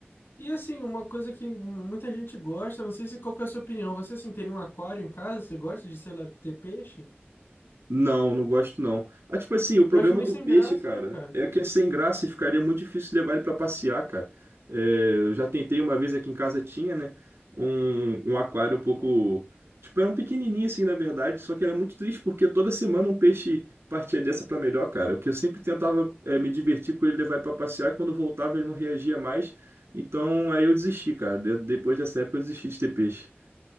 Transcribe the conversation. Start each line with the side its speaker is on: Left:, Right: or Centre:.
Left: E assim, uma coisa que muita gente gosta, não sei se qual que é a sua opinião, você assim, teria um aquário em casa, você gosta de, sei lá, ter peixe?
Right: Não, não gosto não. Ah, tipo assim, o
Left: Eu
Right: problema
Left: acho meio
Right: do
Left: sem
Right: peixe,
Left: graça,
Right: cara,
Left: né, cara?
Right: é que é sem graça e ficaria muito difícil levar ele pra passear, cara. É, eu já tentei uma vez aqui em casa tinha, né, um, um aquário um pouco, tipo, era um pequenininho assim, na verdade, só que era muito triste porque toda semana um peixe partia dessa pra melhor, cara. Porque eu sempre tentava é, me divertir com ele, levar ele pra passear, e quando voltava ele não reagia mais. Então aí eu desisti, cara. De- depois dessa época eu desisti de ter peixe.